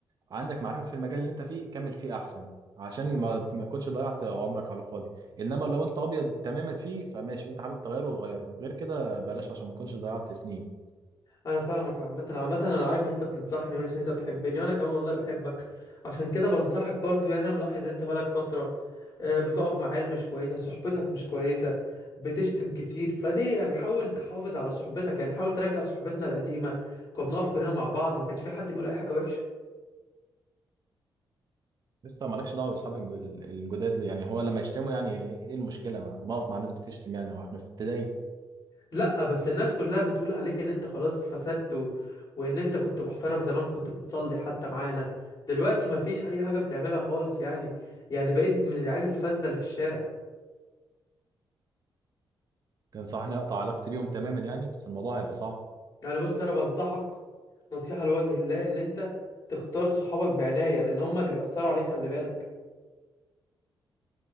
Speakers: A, on the right (about 45°); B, on the left (about 40°).
A: عندك معرفه في المجال اللي انت فيه كمل فيه احسن عشان ما ما تكونش ضيعت عمرك على الفاضي انما لو انت ابيض تماما فيه فماشي وانت حابب تغيره غيره غير كده بلاش عشان ما تكونش ضيعت سنين
B: انا فاهمك عامه عامه انا عارف ان انت بتنصحني وان انت بتحبني وانا كمان والله بحبك عشان كده بنصحك برضو يعني انا ملاحظ انت بقالك فتره آه، بتقف مع عيال مش كويسه صحبتك مش كويسه بتشتم كتير فليه يعني حاول تحافظ على صحبتك يعني حاول ترجع صحبتنا القديمه كنا بنقف كلنا مع بعض ما كانش في حد بيقول اي حاجه وحشه
A: لسه مالكش دعوه باصحاب الج- الجداد يعني هو لما يشتموا يعني ايه إيه المشكله ما ما اقف مع ناس بتشتم يعني هو احنا في ابتدائي
B: لا بس الناس كلها بتقول عليك ان انت خلاص فسدت و... وان انت كنت محترم زمان كنت بتصلي حتى معانا دلوقتي ما فيش اي حاجه بتعملها خالص يعني يعني بقيت من العيال الفاسده اللي في الشارع
A: تنصحني اقطع علاقتي بيهم تماما يعني بس الموضوع هيبقى صعب
B: يعني بص انا بنصحك نصيحة لوجه الله ان انت تختار صحابك بعناية لان هما اللي بيأثروا عليك خلي بالك